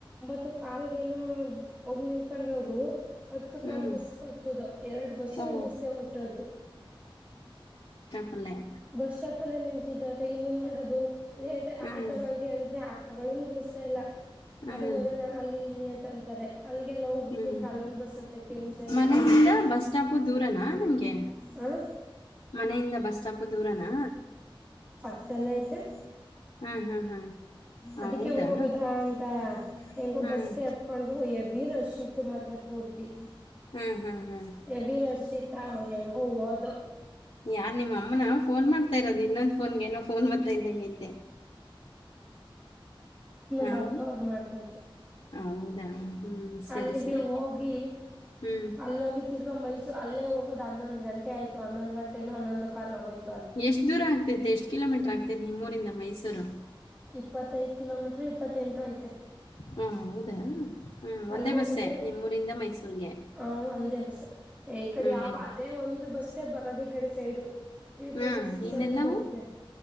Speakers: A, on the right; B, on the left.
A: ಮ ಕಾಲ್ಗ ಏನ ಒಗ ನಿತ್ಕೊಂಡವ್ರು ಅತ್ತು ಕಲ್
B: ಹ್ಮ್
A: ಬಸ್ ಬ ಕತ್ತದ ಎರಡ್ ಬಸ್ಸು
B: ಓ
A: ನಿಲ್ಲಿಸ್ತೇ ಹೊಟದ್ರು
B: ಹಲ್ಲೆ
A: ಬಸ್ ಸ್ಟಾಪ ಅಲ್ಲ ನ್ ನಿಂತಿದ್ದು ಅ ಇನ್ನೇನ್ ಮಾಡೋದು ಇ
B: ಹ್ಮ್
A: ಆಟೋಗಳಗ್ ಹೇಳಿದ್ರೆ ಮಳು ನಿಲ್ಲಿಸ್ತಾ ಇಲ್ಲ
B: ಹ್ಮ್
A: ಅದು ವರುಣ ಅಲ್ಲಿ ಇಲ್ಲಿ ಅಂತ ಅಂತಾರೆ ಅಲ್ಲಿಗೆಲ್ಲ ಹೋಗ್ಬಿಡ್ತಿರ್
B: ಹ್ಮ್
A: ಕಾಲನ್ ಬಸ್ತ ಕೆಮಸಹಬಟ್ಟ
B: ಮನೆಯಿಂದ ಬಸ್ ಸ್ಟಾಪು ದೂರನಾ ನಿಮ್ಗೆ
A: ಹ
B: ಮನೆಯಿಂದ ಬಸ್ ಸ್ಟಾಪು ದೂರನಾ
A: ಚಲ್ಲ ಐತೆ
B: ಹ್ಮ್ ಹ್ಮ್ ಹ್ಮ್
A: ಅದಕ್ಕೆ
B: ಹೌದಾ
A: ಹೋಗದ ಅಂತ ಹೆಂಗೊ
B: ಹ್ಮ್
A: ಬಸ್ಗೆ ಹತ್ಕೊಂಡು ವೀರ ಶತ್ತು ಮಾತ್ರ ಪೂರ್ತಿ
B: ಹ್ಮ್ ಹ್ಮ್ ಹ್ಮ್
A: ಹೆವಿ ರಶ್ ಇತ್ತ ಹೆವಿ ಓ ಓದು
B: ಯಾರ್ ನಿಮ್ಮ ಅಮ್ಮನ ಫೋನ್ ಮಾಡ್ತಾ ಇರೋದು ಇನ್ನೊಂದು ಫೋನ್ ಏನೋ ಫೋನ್ ಬಂತ್ ಇದ್ದಂಗ ಐತೆ
A: ನಮ್ಮ
B: ಹಾಂ
A: ಅಕ್ಕ ಅವರು ಮಾಡ್ತಾ ಇದ್ರು
B: ಹೌದಾ ಹ್ಞೂ ಸರಿ
A: ಅಲ್ಲಿಗೆ
B: ಸರಿ
A: ಹೋಗಿ
B: ಹ್ಞೂ
A: ಅಲ್ಲೋಗಿ ತಿರ್ಗಾ ಮೈಸೂ ಅಲ್ಲೇ ಹೋಗ ಹನ್ನೊಂದು ಗಂಟೆ ಆಯ್ತು ಹನ್ನೊಂದು ಗಂಟೆನು ಹನ್ನೊಂದು ಕಾಲ್ಏನೋಯ್ತು
B: ಎಷ್ಟು ದೂರ ಆಗ್ತೈತೆ ಎಷ್ಟು ಕಿಲೋಮೀಟ್ರ ಆಗ್ತೈತಿ ನಿಮ್ಮೂರಿಂದ ಮೈಸೂರು
A: ಇಪ್ಪತ್ತೈದು ಕಿಲೋಮೀಟರ್ ಇಪ್ಪತ್ತ ತೆಂಟ ಆಐತೆ <inaudible>
B: ಹಾಂ ಹೌದಾ ಹಾಂ
A: ಅಲ್ಗೋಗದೆೇ
B: ಒಂದೇ ಬಸ್ಸೇ ನಿಮ್ಮೂರಿಂದ ಮೈಸೂರಿಗೆ
A: ಹ- ಒಂದೇ ಬಸ್ಸ ಈ ಕಡೆ
B: ಹ್ಞೂ
A: ಯಾವ
B: ಹ್ಞೂ.
A: ಅದೇ ಒಂದ್ ಬಸ್ಸೇ ಬರದಿ ಇಕಡೆ ಸೈಡು ವಿ ಫೋರ್ತಿಸಿಕ್ಸ್
B: ಹಾಂ ಇನ್ನೆಲ್ಲವು
A: ಅಂತ ಬರ್ತದೆ